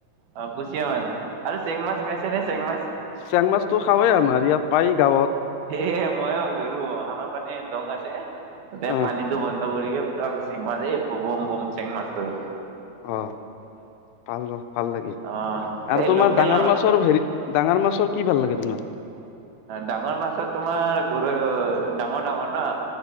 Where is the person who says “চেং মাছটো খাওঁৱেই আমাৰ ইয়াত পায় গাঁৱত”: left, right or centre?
Left